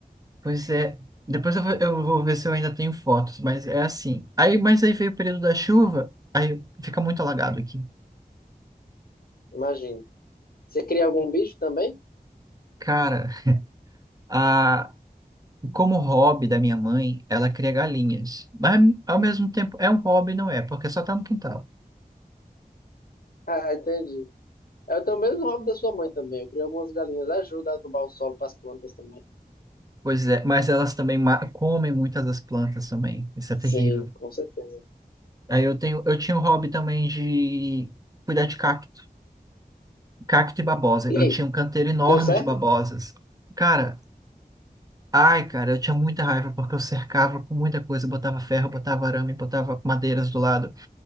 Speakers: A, on the right; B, on the left.
A: Pois é. Depois eu vou, eu vou ver se eu ainda tenho fotos, mas é assim. Aí, mas aí veio o período da chuva, aí fica muito alagado aqui.
B: Imagina. Você cria algum bicho também?
A: Cara, a, como hobby da minha mãe, ela cria galinhas. Mas ao mesmo tempo é um hobby, não é? Porque só tá no quintal.
B: Ah, entendi. Eu tenho o mesmo hobby da sua mãe também. Eu crio algumas galinhas. Ajuda a adubar o solo para as plantas também.
A: Pois é, mas elas também ma- comem muitas das plantas também. Isso é
B: Sim,
A: terrível.
B: com certeza.
A: Aí eu tenho, eu tinha um hobby também de cuidar de cacto. Cacto e babosa.
B: E
A: Eu
B: aí?
A: tinha um canteiro enorme
B: Deu certo?
A: de babosas. Cara, Ai, cara, eu tinha muita raiva porque eu cercava com muita coisa, botava ferro, botava arame, botava madeiras do lado,